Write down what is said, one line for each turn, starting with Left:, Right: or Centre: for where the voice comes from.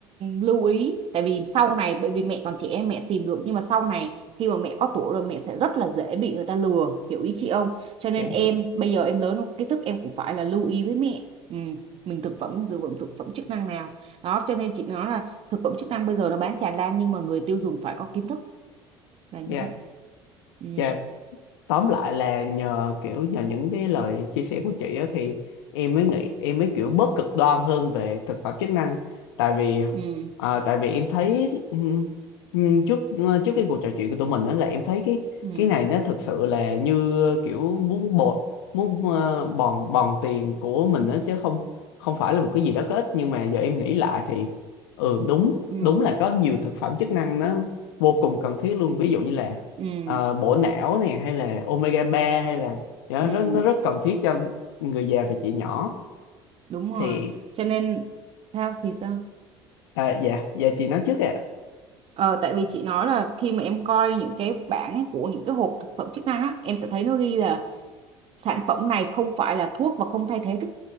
Right: lưu ý tại vì sau này bởi vì mẹ còn trẻ em mẹ tìm được nhưng mà sau này khi mà mẹ có tuổi rồi mẹ sẽ rất là dễ bị người ta lừa hiểu ý chị không cho nên
Left: dạ hiểu
Right: em bây giờ em lớn rồi, kiến thức em cũng phải là lưu ý với mẹ ừ. mình thực phẩm sử dụng thực phẩm chức năng nào đó cho nên chị nói là thực phẩm chức năng bây giờ nó bán tràn lan nhưng mà người tiêu dùng phải có kiến thức là như
Left: dạ
Right: vậy ừ
Left: dạ tóm lại là nhờ kiểu nhờ những cái lời chia sẻ của chị á thì em mới nghĩ em mới kiểu bớt cực đoan hơn về thực phẩm chức năng tại vì
Right: ừ
Left: à, tại vì em thấy ừm, ừm, trước ờ, trước cái cuộc trò chuyện của tụi mình đó là em thấy cái
Right: ừ
Left: cái này nó thực sự là như kiểu muốn bột muốn ờ, bòn bòn tiền của mình đó chứ không không phải là một cái gì đó có ích nhưng mà giờ em nghĩ lại thì ừ đúng
Right: ừ
Left: đúng là có nhiều thực phẩm chức năng nó vô cùng cần thiết luôn ví dụ như là
Right: ừ
Left: ờ, bổ não này hay là omega ba hay là dạ,
Right: ừ
Left: nó, nó rất cần thiết cho người già và chị nhỏ
Right: đúng rồi
Left: thì
Right: cho nên theo thì sao
Left: à, dạ dạ chị nói trước ạ
Right: ờ, tại vì chị nói là khi mà em coi những cái bảng của những cái hộp thực phẩm chức năng á em sẽ thấy nó ghi là sản phẩm này không phải là thuốc và không thay thế thức